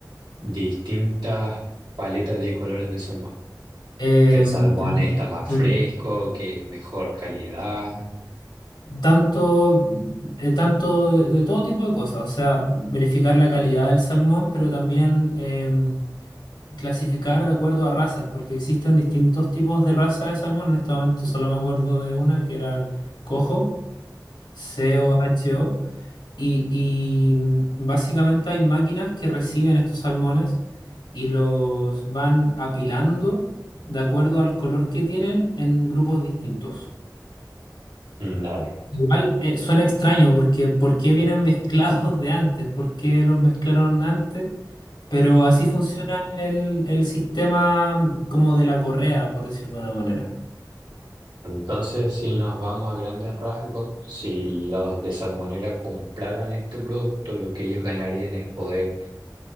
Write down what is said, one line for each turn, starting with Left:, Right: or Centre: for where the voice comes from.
Right: distintas paletas de colores de salmón?
Left: Em,
Right: Que el salmón
Left: pero-
Right: está más
Left: pero
Right: fresco, que es mejor calidad.
Left: tanto, eh, tanto de, de todo tipo de cosas, o sea, verificar la calidad del salmón, pero también... em, clasificar de acuerdo a razas, porque existen distintos tipos de raza de salmón. En este momento solo me acuerdo de una que era el cojo, C o H O y, y mm, básicamente hay máquinas que reciben estos salmones y los van apilando de acuerdo al color que tienen en grupos distintos.
Right: Ujú. Dale.
Left: Igual eh, suena extraño porque ¿por qué vienen mezclados de antes? ¿Por qué los mezclaron antes? Pero así funciona el, el sistema como de la correa, por decir de una manera.
Right: Entonces, si nos vamos a grandes rasgos, si los de salmonera compraran este producto, lo que ellos ganarían es poder